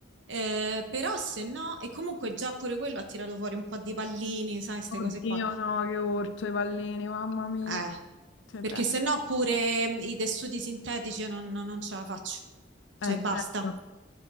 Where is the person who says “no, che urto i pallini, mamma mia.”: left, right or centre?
Left